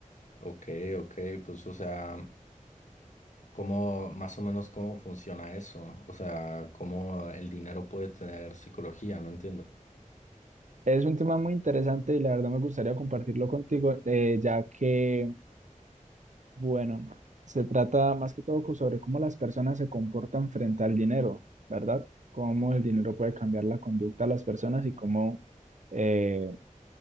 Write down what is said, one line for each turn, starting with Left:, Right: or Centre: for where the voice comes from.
Left: Ok, ok, pues o sea, ¿cómo, más o menos cómo funciona eso? O sea, ¿cómo el dinero puede tener psicología? No entiendo.
Right: Es un tema muy interesante y la verdad me gustaría compartirlo contigo, eh, ya que, bueno, se trata más que todo co- sobre cómo las personas se comportan frente al dinero, ¿verdad? Cómo el dinero puede cambiar la conducta de las personas y cómo eh,